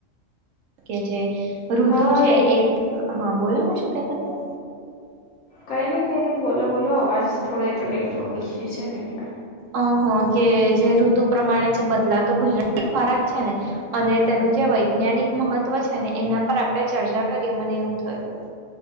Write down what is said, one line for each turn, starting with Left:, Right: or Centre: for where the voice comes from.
Right: કે જે ઋતુ
Left: હા
Right: છે એ હા બોલોને શું કેતા તા
Left: કઈ ને કંઈને બોલો બોલો અવાજ થોડો એ તો નેટવક ઈસ્યું છે ને એટલે
Right: અ હા કે જે ઋતુ પ્રમાણે જે બદલાતો ગુજરાતી ખોરાક છે ને અને તેનું જે વૈજ્ઞાનિક મહત્વ છે ને એના પર આપડે ચર્ચા કરીએ મને એવું થયું